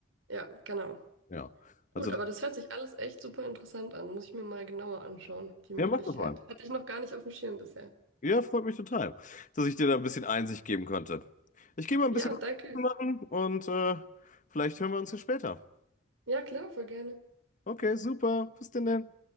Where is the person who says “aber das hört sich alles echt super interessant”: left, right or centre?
Right